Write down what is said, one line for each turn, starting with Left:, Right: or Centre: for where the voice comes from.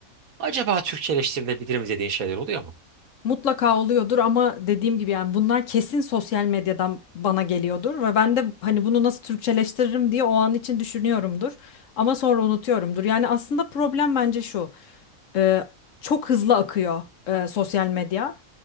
Right: acaba Türkçeleştirilebilir mi dediğin şeyler oluyor mu?
Left: Mutlaka oluyordur ama dediğim gibi yani bunlar kesin sosyal medyadan bana geliyordur ve ben de hani bunu nasıl Türkçeleştiririm diye o an için düşünüyorumdur ama sonra unutuyorumdur. Yani aslında problem bence şu. e, çok hızlı akıyor e, sosyal medya